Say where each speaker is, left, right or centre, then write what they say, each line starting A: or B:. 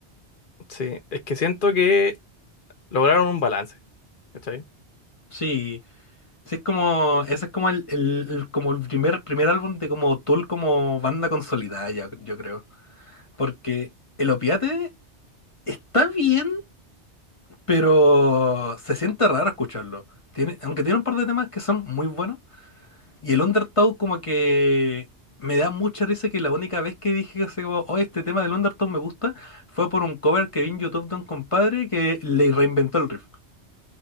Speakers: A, on the left (about 55°); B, on the left (about 30°).
A: Sí, es que siento que lograron un balance, ¿cachai?
B: Sí, sí es como, ese es como el, el- el- como el primer, primer álbum de como Tool como banda consolidada, ya- yo creo. Porque el Opiate está bien, Pero se siente raro escucharlo. Tiene, aunque tiene un par de temas que son muy buenos. Y el Undertow como que me da mucha risa que la única vez que dije así como, oh, este tema del Undertow me gusta, fue por un cover que vi en YouTube de un compadre que le reinventó el riff.